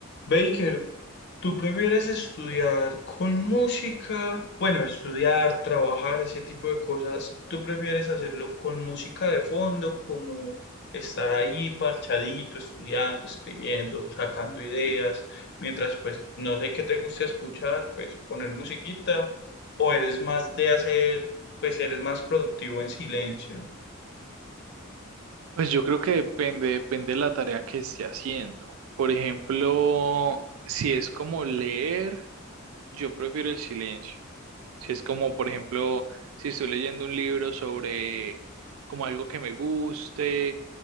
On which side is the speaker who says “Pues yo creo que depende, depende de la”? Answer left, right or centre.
Right